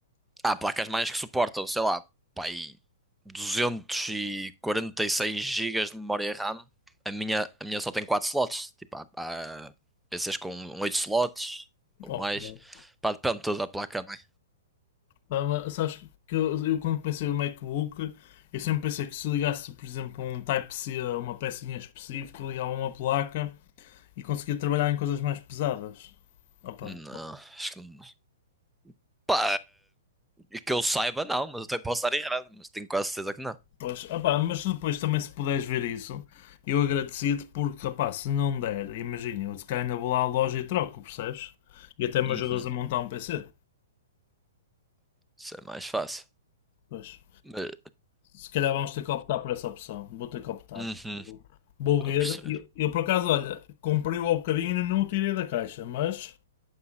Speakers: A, in the centre; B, on the left.
A: Há placas mães que suportam, sei lá, pá, aí 246 gigas de memória RAM. A minha, a minha só tem 4 slots. Tipo, há, há PCs com 8 slots ou
B: Oh,
A: mais.
B: pá.
A: Pá, depende toda da placa mãe.
B: Pá, mas Sabes que eu, eu quando pensei no MacBook, eu sempre pensei que se ligasse, por exemplo, um Type-C a uma pecinha específica, ligava uma placa e conseguia trabalhar em coisas mais pesadas. Opa,
A: Não, acho que não. Pá, eh, que eu saiba, não, mas eu até posso estar errado, mas tenho quase certeza que não.
B: pois, ó, pá, mas depois também se puderes ver isso, eu agradecia-te porque, rapaz, se não der, imagina, eu se calhar ainda vou lá à loja e troco, percebes? E até me
A: Uhum,
B: ajudas a montar um PC.
A: isso é mais fácil.
B: Pois.
A: Mas,
B: Se calhar vamos ter que optar por essa opção. Vou ter que optar.
A: uhum,
B: Vou
A: estou
B: vou ver.
A: a perceber.
B: Eu, eu, por acaso, olha, comprei-o ao bocadinho e não o tirei da caixa, mas